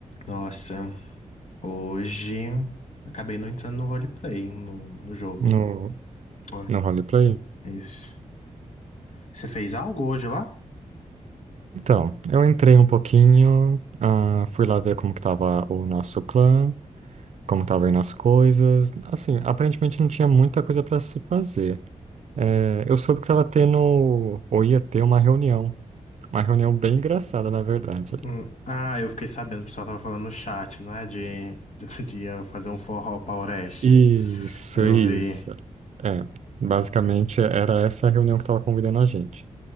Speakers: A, on the left (about 60°); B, on the right (about 55°).
A: Nossa, hoje acabei não entrando no roleplay, hein, no, no jogo.
B: No,
A: Ué,
B: no roleplay?
A: é isso. Você fez algo hoje lá?
B: Então, eu entrei um pouquinho, ah, fui lá ver como que tava o nosso clã, como tava aí nas coisas. Assim, aparentemente não tinha muita coisa para se fazer. É, eu soube que tava tendo, ou ia ter uma reunião. Uma reunião bem engraçada, na verdade.
A: Hum, Ah, eu fiquei sabendo, o pessoal tava falando no chat, não é? De, <laughs> de, de eu fazer um forró pra Orestes.
B: Isso,
A: Aí Eu
B: isso.
A: vi.
B: É, basicamente era essa a reunião que tava convidando a gente.